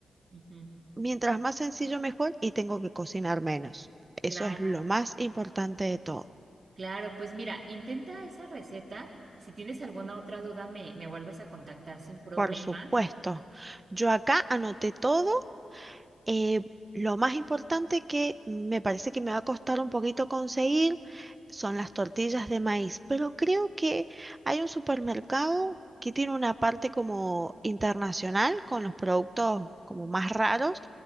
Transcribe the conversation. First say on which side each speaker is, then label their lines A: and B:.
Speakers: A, on the right; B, on the right.
A: Ujú,
B: Mientras más sencillo, mejor y tengo que cocinar menos. Eso
A: Claro.
B: es lo más importante de todo.
A: Claro, pues mira, intenta esa receta. Si tienes alguna otra duda, me, me vuelves a contactar sin problema.
B: Por supuesto. Yo acá anoté todo. eh, lo más importante que me parece que me va a costar un poquito conseguir. son las tortillas de maíz, pero creo que hay un supermercado que tiene una parte como internacional con los productos como más raros,